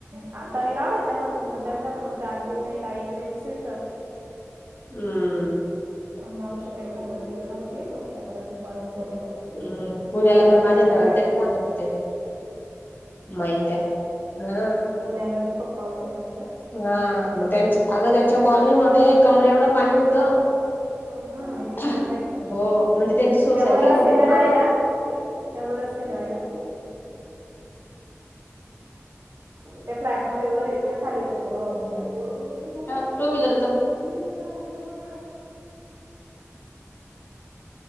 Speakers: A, on the right; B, on the left.
A: आ -- ता मी लावला त्यांचा फोन पण त्यांचा फोन चार्जिंग नाही. लाईट नाही. Switch off.
B: हं.
A: मावशी काही फोन उचलत नव्हती. म्हटलं परत दुपारून करू.
B: हम. पुण्याला
A: त्यांनी बी
B: पण
A: आता
B: माझ्या
A: नवीन
B: ननद
A: घर
B: तेच सांगत होते. माही त्या. ह.
A: पुण्याला बी खूप पाऊस आहे ना खर?
B: हा. मग त्यांच अगं त्यांच्या कॉलनीमध्ये कमरे एवढं पाणी होतं.
A: हम्म
B: हो.
A: बापरे
B: म्हणजे त्यांची सोसायटी
A: त्या वर असतील
B: हेना पूर्ण.
A: ना राहायला? त्या वर असते राहायला. त्या फ्लॅटमध्ये वर हेत का खालीच आहेत रो हाऊस मध्ये असं?
B: ह टू विलर त
A: हम्म <inaudible>